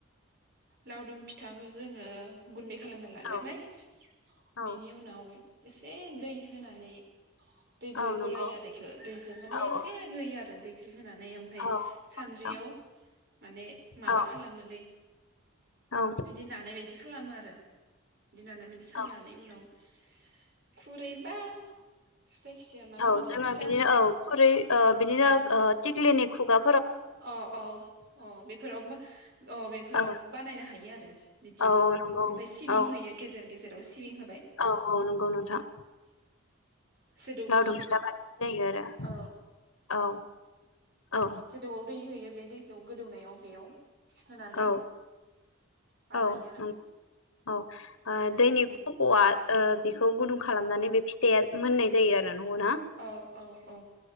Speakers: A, on the right; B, on the left.
A: लावदुम फिथाखौ जोङो गुन्दै खालामना लाग्रोबाय
B: औ औ
A: बेनि उनाव एसे दै होनानै दैजो
B: औ नंगौ
A: गलायो आरो इखौ दैजो माने
B: औ
A: एसे
B: औ
A: होयो आरो दै होनानै ओमफ्राय
B: औ
A: सानद्रियाव
B: नोंथां
A: माने माबा
B: औ
A: खालामोलै
B: औ
A: बिदि नानायबायदि खालामो आरो। <unintelligible> खालामनानै
B: औ
A: उनाव <inaudible> खुरैबा जायखिजाया माबा
B: औ
A: मोनसे
B: जोङो
A: फिसा
B: बिदिनो औ खुरै ओ बिदिनो
A: अ
B: टिकलिनि खुगा
A: अ अ अ बेफोराव अ बेफोराव
B: औ
A: बानायनो हायो आरो बिदियाव
B: औ नंगौ
A: ओमफ्राय सिबिं
B: औ
A: होयो गेजेर गेजेर। ओ सिबिं हो
B: औ औ नंगौ नोंथां
A: जोदौनि
B: लावदुम फिथा बानायनाय जायो आरो
A: औ
B: औ औ
A: जौदुआव दै होयो बे दैखौ गोदौनायाव बेयाव होनानै
B: औ
A: बानायो
B: औ
A: आरो
B: औ औ ओ दैनि
A: उम
B: खफ'आ ओ बेखौ गुदुं खालामनानै बे फिथाइया मोननाय जायो आरो। नंगौ ना
A: औ औ औ